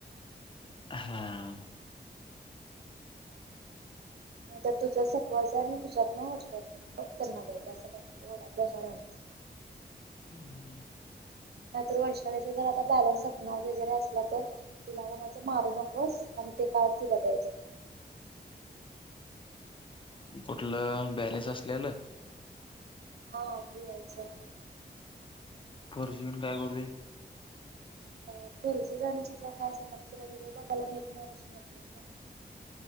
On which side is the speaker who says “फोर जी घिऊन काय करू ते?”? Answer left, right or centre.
Left